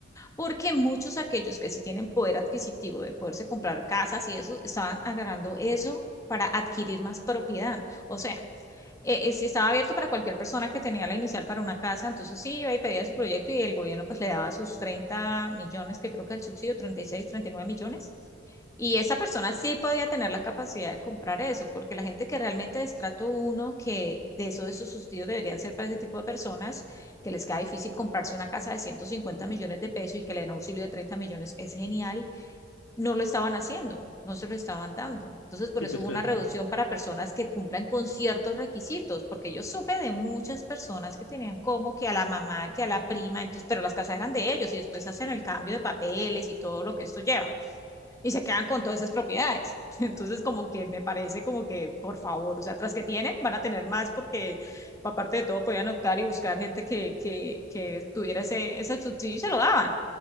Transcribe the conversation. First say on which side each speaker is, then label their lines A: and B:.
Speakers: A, on the left; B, on the left.
A: porque muchos aquellos que sí tienen poder adquisitivo de poderse comprar casas y eso, estaban agarrando eso para adquirir más propiedad. O sea, eh, eh, sí estaba abierto para cualquier persona que tenía la inicial para una casa, entonces sí iba y pedía su proyecto y el gobierno pues le daba sus 30 millones, que creo que es el subsidio treinta treinta y seis treinta y nueve millones. Y esa persona sí podía tener la capacidad de comprar eso, porque la gente que realmente de estrato uno, que de eso, de esos subsidios deberían ser para ese tipo de personas, que les queda difícil comprarse una casa de 150 millones de pesos y que le den auxilio de 30 millones, es genial no lo estaban haciendo, no se lo estaban dando. Entonces, por
B: sí,
A: eso
B: pues
A: hubo
B: claro,
A: una reducción para personas que cumplan con ciertos requisitos, porque yo supe de muchas personas que tenían como que a la mamá, que a la prima, entonces, pero las casas eran de ellos y después hacen el cambio de papeles y todo lo que esto lleva y se quedan con todas esas propiedades. <laughs> Entonces, como que me parece como que, por favor, o sea, tras que tienen, van a tener más porque aparte de todo podían optar y buscar gente que, que, que tuviera ese, ese subsidio y se lo daban,